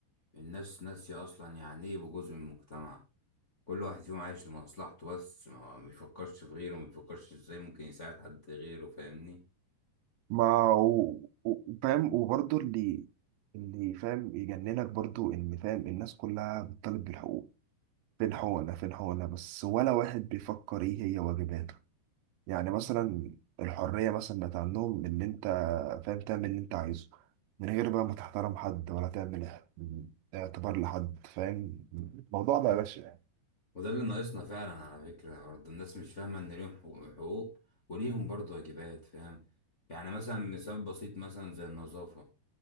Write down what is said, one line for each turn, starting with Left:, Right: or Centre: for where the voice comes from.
Left: الناس ناسية أصلا يعني إيه يبقوا جزء من المجتمع كل واحد فيهم عايش لمصلحته بس ما ما بيفكرش في غيره ما بيفكرش إزاي ممكن يساعد حد غيره فاهمني
Right: ما و- و- فاهم وبرضه اللي اللي فاهم يجننك برضه ان فاهم الناس كلها بتطالب بالحقوق فين حقوقنا فين حقوقنا بس ولا واحد بيفكر ايه هي واجباته يعني مثلا الحرية مثلا بقت عندهم إن أنت فاهم تعمل اللي أنت عايزه من غير بقى ما تحترم حد ولا تعمل اح- اعتبار لحد فاهم الموضوع بقى بشع يعني.
Left: وده اللي ناقصنا فعلا على فكرة برضه الناس مش فاهمة إن ليهم حقوق حقوق وليهم برضه واجبات فاهم يعني مثلا مثال بسيط مثلا زي النظافة